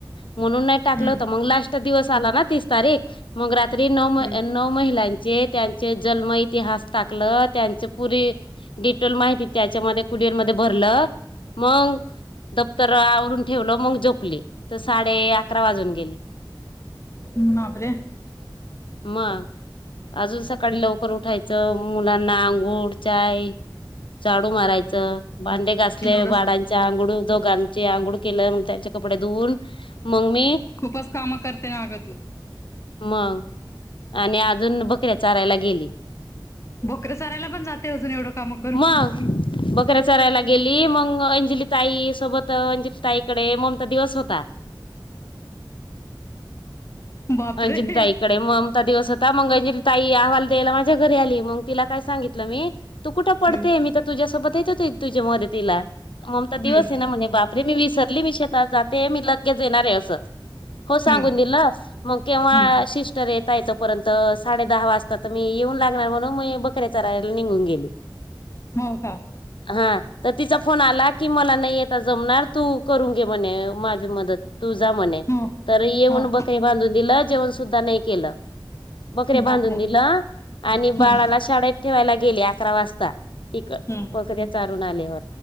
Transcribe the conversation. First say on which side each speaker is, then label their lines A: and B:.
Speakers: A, on the left; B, on the left.
A: म्हणून नाही टाकलं
B: हम्म
A: होत मग लास्ट दिवस आला ना तीस तारीख. मग रात्री नऊ म
B: हम्म
A: नऊ महिलांचे त्यांचे जल्म इतिहास टाकलं त्यांच पुरी डिटोल माहिती त्याच्यामध्ये कुडियल मध्ये भरलं मंग दप्तर आवरून ठेवलं मग जोपलीं त साडे अकरा वाजून गेले.
B: बापरे!
A: म अजून सकाळी लवकर उठायचं, मुलांना अंघूळ चाय झाडू मारायचं भांडे घासले
B: एवढंच
A: बाडांचे अंगुळ, दोघांचे अंंगुड, केलं मग त्यांचे कपडे धुवून मग मी
B: खूपच कामं करते नाग तू.
A: मंग आणि अजून बकऱ्या चारायला गेली.
B: बोकऱ्या चारयला पण जाते अजून एवढं काम करून
A: मग बकऱ्या चरायला गेली मग अंजली ताई सोबत अंजली. ताई इकडे ममता दिवस होता.
B: बापरे
A: अंजलीताईकडे
B: हम्म
A: ममता दिवस होता, मग अंजली ताई आहवाल द्यायला माझ्या घरी आली मग तिला काय सांगितलं मी तू कुठं पडतेय
B: हम्म
A: मी त तुझ्यासोबत येत होते तुझ्या मदतीला. ममता दिवस
B: हम्म
A: आहे ना म्हणे बाप रे मी विसरली मी शेतात जाते, मी लगेच येणार आहे असं हो सांगून
B: हम्म
A: दिल. मग केव्हा
B: हम्म
A: सिस्टर येत ताय तोपर्यंत साडे दहा वाजता त मी येऊन लागणार, म्हणून मी बकऱ्या चरायला निघून गेली. ह <inaudible>
B: हो का?
A: हा त तिचा फोन आला की मला नाही येता जमणार, तू करून घे म्हणे माझी मदत. तू जा म्हणे
B: हो
A: तर येऊन
B: हो
A: बकरी बांधून दिलं, जेवण सुद्धा नाही केलं. बकऱ्या बांधून
B: बापरे
A: दिलं, आणि
B: हम्म
A: बाळाला शाळेत ठेवायला गेली अकरा वाजता तिक
B: हम्म
A: बकऱ्या चारून आल्यावर